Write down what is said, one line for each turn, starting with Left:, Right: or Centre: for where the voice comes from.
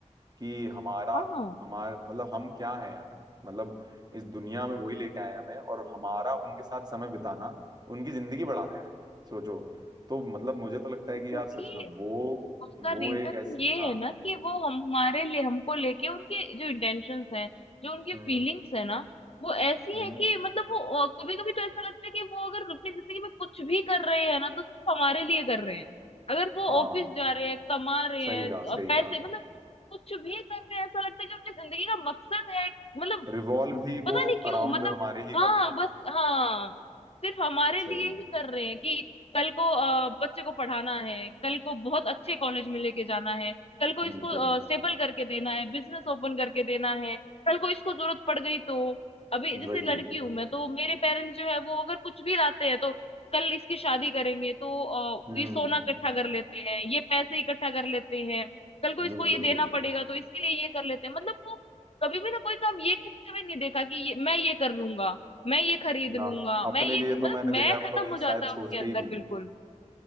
Right: कि हमारा
Left: हाँ हाँ, वो
Right: हमार मतलब हम क्या है यार मतलब इस दुनिया में वही लेके आए हैं हमें और हमारा उनके साथ समय बिताना उनकी जिंदगी बढ़ा दे रहे हैं सोचो तो मतलब मुझे तो लगता
Left: क्योंकि,
Right: है कि यार सच में वो
Left: उसका
Right: वो
Left: रीजन
Right: एक ऐसी
Left: ये
Right: हाँ
Left: है ना कि वो हम हमारे लिए हमको लेके उनके जो इंटेंशंस हैं जो उनकी
Right: हम्म
Left: फीलिंग्स है ना वो ऐसी
Right: हम्म
Left: है कि मतलब वो कभी कभी तो ऐसा लगता है कि वो अगर अपनी जिंदगी में कुछ भी कर रहे हैं ना तो सिर्फ हमारे लिए कर रहे हैं अगर वो
Right: हाँ
Left: ऑफिस जा रहे हैं कमा रहे
Right: सही
Left: हैं
Right: कहा
Left: अ,
Right: सही
Left: पैसे
Right: कहा
Left: मतलब कुछ भी कर रहे हैं ऐसा लगता है कि उनकी जिंदगी का मकसद है मतलब
Right: रिवॉल्व ही
Left: पता
Right: वो
Left: नहीं क्यों
Right: अराउंड
Left: मतलब
Right: हमारे ही
Left: हाँ
Right: कर रहे हैं
Left: बस हाँ सिर्फ हमारे लिए
Right: सही
Left: ही कर रहे हैं कि कल को अ, बच्चे को पढ़ाना है कल को बहुत अच्छे कॉलेज में लेके जाना है कल को इसको
Right: बिल्कुल
Left: स्टेबल करके देना है बिजनेस ओपन करके देना है कल को इसको जरूरत पड़ गई तो अभी जैसे
Right: वही
Left: लड़की हूं मैं तो मेरे पेरेंट्स जो है वो अगर कुछ भी लाते हैं तो कल इसकी शादी करेंगे तो अ,
Right: हम्म
Left: ये सोना इकट्ठा कर लेते हैं ये पैसे इकट्ठा कर लेते हैं कल को इसको
Right: बिल्कुल
Left: ये देना
Right: सही
Left: पड़ेगा तो इसके लिए ये कर लेते हैं मतलब वो कभी भी ना कोई काम ये करते हुए नहीं देखा कि ये, मैं ये कर लूंगा मैं ये खरीद
Right: ना
Left: लूंगा
Right: अपने
Left: मैं ये
Right: लिए
Left: मतलब
Right: तो मैंने देखा
Left: मैं
Right: है वो
Left: खत्म
Right: कभी
Left: हो
Right: शायद
Left: जाता है
Right: सोचते
Left: उनके अंदर
Right: ही नहीं है
Left: बिल्कुल